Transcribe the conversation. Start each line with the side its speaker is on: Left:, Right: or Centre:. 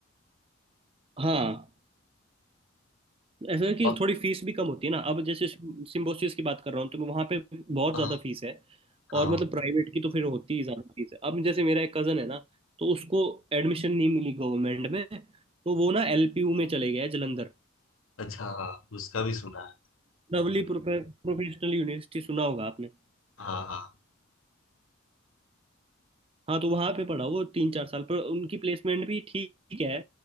Right: हाँ ऐसा है कि
Left: अ-
Right: थोड़ी फीस भी कम होती है ना अब जैसे सिम्बोसिस की बात कर रहा हूँ तो मैं वहाँ पे बहुत
Left: हाँ
Right: ज़्यादा फीस है
Left: हाँ
Right: और मतलब प्राइवेट की तो फिर होती ही ज़्यादा फीस है अब जैसे मेरा एक कज़न है ना तो उसको एडमिशन नहीं मिली गवर्नमेंट में तो वो ना एलपीयू में चले गया है जलंधर
Left: अच्छा हाँ उसका भी सुना है
Right: लवली प्रोफे, प्रोफेशनल यूनिवर्सिटी सुना होगा आपने
Left: हाँ हाँ
Right: हाँ तो वहाँ पे पढ़ा वो तीन चार साल पर उनकी प्लेसमेंट भी ठीक है